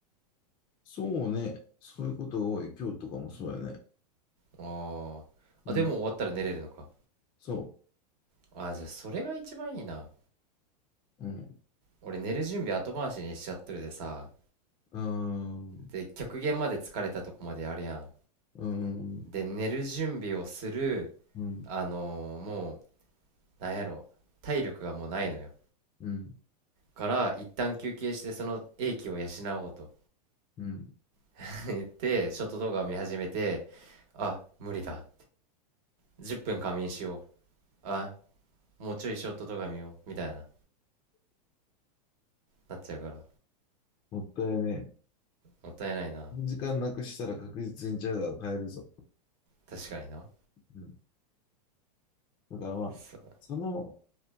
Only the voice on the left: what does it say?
そうね。そういうことが多い。今日とかもそうやね。
うん。そ
う。うん。
あー
うん。
うん。
うん。
うん。
もったいね
え。時間なくしたら確実にジャガーを変えるぞ。
うん。だからまあ、
その、